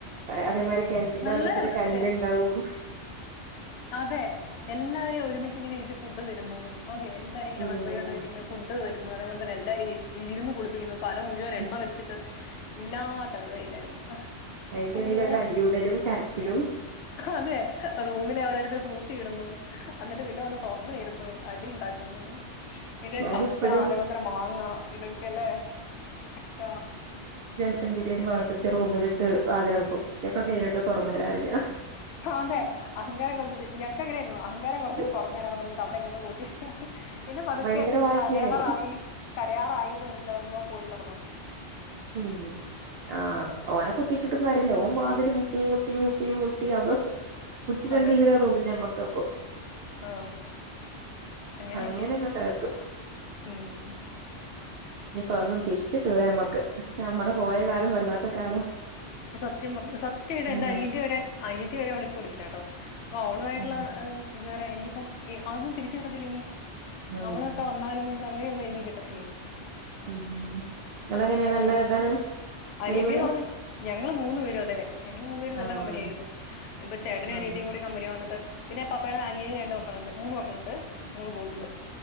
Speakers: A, on the right (about 60°); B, on the left (about 65°).
A: അതേമാതിരി കിണറ്റിന്റെ
B: നല്ല
A: ഭാഗത്തൊരു
B: രസ
A: കല്ലുണ്ടാവും
B: ന്നട്ടെ അതെ എല്ലാവരേം ഒരുമിച്ചിങ്ങനെ ഇരുത്തി ഫുഡ്‌ തരുന്നു ഒക്കെ എല്ലാവരേം ങ്ങനെ
A: ഉം
B: വൺ ബൈ വണ്ണായിട്ട് ങ്ങനെ ഫുഡ്‌ തരും ന്നു അതേപോലെതന്നെ ഇര് ഇരുന്നു കുളിപ്പിക്കുന്നു തല മുഴുവൻ
A: ഉം
B: എണ്ണ വെച്ചിട്ട് ഇല്ലാത്ത പരിപാടില്ലായ്രുന്നു
A: അയിന്റെ
B: അയ്യോഹ്
A: ഇടയിൽ ഒരു അടിയൂടലും കരച്ചിലും
B: അതെ റൂമിൽ ഒരോർതർ പൂട്ടിയിടുന്നു അന്നട്ട് പിന്നെ വന്ന് തെരുന്നു അടിണ്ട ന്നു പിന്നെ
A: ഞാനിപ്പഴും
B: ചക്ക അതേപോൽതന്നെ മാങ്ങാ ഇതൊക്കെ ലേ ചക്ക
A: ത്തെന്തിനേലും വാസ്യുട്ച്ച റൂമിലിട്ട് വാതിലട്ക്കും ഞൊക്കെ കൈഞ്ഞിട്ട് തൊർന്നേരറിം ഞാൻ
B: അതെ അഹങ്കാരം കൊർച്ട്ട് ഞങ്ങക്കങ്ങനെർന്നു അഹങ്കാരം കൊർച്ചിട്ട്
A: ഞാൻ
B: തൊർന്നേര ന്ന് പർഞ്ഞിട്ട് അവ്ടെ ങ്ങോട്ട് പൂട്ടി പിന്നെ പതുക്കെ
A: ഭയങ്കര വാശിയാണേ
B: കരയവറായി കരയാറായി ന്ന് മൻസിലാവുമ്പോ പോയി പ
A: ഹ് ഹ് ആഹ് ഓനെ കുറ്റിട്ട് ട്ടും കാര്യല്ല ഓൻ വാതിൽ മുട്ടി മുട്ടി മുട്ടി മുട്ടി അഹ് തൊക്കും കുറ്റിടെണ്ടിപിന്നെ
B: അതെ
A: തോന്നും ഞമ്മക്കപ്പോ
B: ആ അങ്ങനെയൊക്കെ
A: അങ്ങനെ അങ്ങട്ടാക്കും
B: ഉം
A: ഇനി <unintelligible> തിരിച്ച് <unintelligible> നമ്മക്ക് നമ്മടെ പോയ കാലം വല്ലാത്ത കാലാ
B: സത്യം പറഞ്ഞാ സത്യായിട്ട് എൻ്റെ
A: ഉം
B: അനിയത്തി വരെ അനിയത്തി വരെ <unintelligible> ഇപ്പൊ ഓളായിട്ടുള്ള
A: ഉം
B: <unintelligible> ഇതു വരെ എനിക്കിപ്പം അതൊന്നും തിരിച്ച് കിട്ടത്തില്ലിനീ
A: ഉം
B: അവളൊക്കെ വന്നാലും <unintelligible> അങ്ങനെയൊന്നും ഇനി കിട്ടത്തില്ലയിനീ
A: മം ഇയാളെങ്ങനെ നല്ല
B: കഴിഞ്ഞ്
A: ഇതാണ്
B: അനിയത്തി
A: അടിപൊളിയാ
B: എന്ന് പറഞ്ഞ ഞങ്ങള് മൂന്നു പേരും അതേ ഞങ്ങള് മൂന്നു പേരും നല്ല
A: ആഹ്
B: കമ്പിനിയാരുന്നു എന്തോ ചേട്ടനും
A: ആഹ്
B: അനിയത്തിയും കൂടി കമ്പനി വന്നിട്ട് പിന്നെ പപ്പേടെ അനിയന് രണ്ട് മൂന്ന് മക്കളിണ്ട് മൂന്ന് ബോയ്സ്
A: ഉം